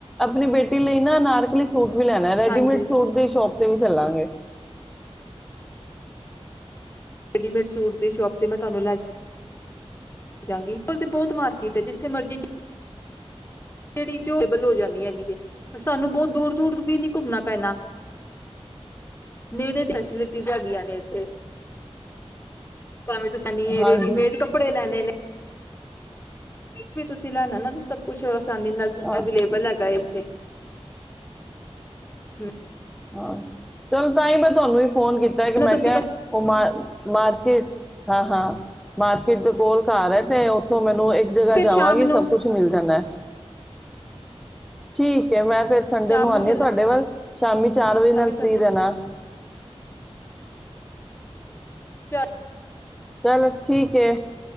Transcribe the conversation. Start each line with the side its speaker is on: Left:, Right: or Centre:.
Centre: ਆਪਣੀ ਬੇਟੀ ਲਈ ਨਾ ਅਨਾਰਕਲੀ ਸੂਟ ਵੀ ਲੈਣਾ ਰੈਡੀਮੇਡ
Left: ਹਾਂਜੀ।
Centre: ਸੂਟ ਦੀ ਸ਼ੋਪ ਤੇ ਵਿੱ ਚੱਲਾਂਗੇ।
Left: ਰੈਡੀਮੇਡ ਸੂਟ ਦੇ ਸ਼ੋਪ ਤੇ ਮੈਂ ਤੁਹਾਨੂੰ ਲੈ ਜਾਂਗੀ <unintelligible> ਤੇ ਬਹੁਤ ਮਾਰਕੀਟ ਹੈ। ਜਿੱਥੇ ਮਰਜ਼ੀ ਜਿਹੜੀ ਅਬਲ ਹੋ ਜਾਣੀ ਹੈਗੀ ਹੈ। ਸਾਨੂੰ ਬਹੁਤ ਦੂਰ ਦੂਰ ਵੀ ਨੀ ਘੁੰਮਣਾ ਪੈਣਾ ਨੇੜੇ ਫੈਸਿਲਿਟੀਜ਼ ਹੈਗੀਆਂ ਨੇ ਇਥੇ। ਭਾਵੇਂ ਤੁਸੀਂਨੀ
Centre: ਹਾਂਜੀ
Left: ਰੇਡੀਮੇਡ ਕੱਪੜੇ ਲੈਣੇ ਨੇ ਵੀ ਤੁਸੀਂ ਲੈਣਾ ਨਾ ਸਭ ਕੁੱਛ ਆਾਨੀ ਨਾਲ
Centre: ਹਾਂ
Left: ਅਵੇਲੇਬਲ ਹੈਗਾ ਹੈ ਇੱਥੇ। ਹਮ‍‍,,
Centre: ਹਾਂ ਚੱਲ ਤਾਂ ਈ ਮੈਂ ਤੁਹਾਨੂੰ ਵੀ ਫੋਨ ਕੀਤਾ ਕਿ
Left: ਨਾ
Centre: ਮੈਂ
Left: ਤੁਸੀਂ
Centre: ਕਿਹਾ
Left: ਬਸ
Centre: ਉਹ ਮ ਮਾਰਕੀਟ ਹਾਂ ਹਾਂ ਮਾਰਕੀਟ ਦੇ ਕੋਲ ਘਰ ਹੈ। ਤੇ ਓੱਥੋਂ ਮੈਂ ਇੱਕ ਜਗ੍ਹਾ
Left: ਫਿਰ
Centre: ਜਾਵਾਂਗੀ
Left: ਸ਼ਾਮ ਨੂੰ
Centre: ਸਭ ਕੁੱਛ ਮਿਲ ਜਾੱਨਾ ਏ। ਠੀਕ ਏ। ਮੈਂ ਫ਼ਿਰ ਸੰਡੇ
Left: ਸ਼ਾਮ
Centre: ਨੂੰ ਆਂ ਨੀ
Left: ਚੱਲਾਂਗੇ
Centre: ਆ ਤੁਹਾਡੇ ਵੱਲ ਸ਼ਾਮੀ ਚਾਰ ਵਜੇ ਨਾਲ ਫ੍ਰੀ
Left: ਸੰਡੇ
Centre: ਰੈਨਾ
Left: ਚ
Centre: ਚਲੋ ਠੀਕ ਹੈ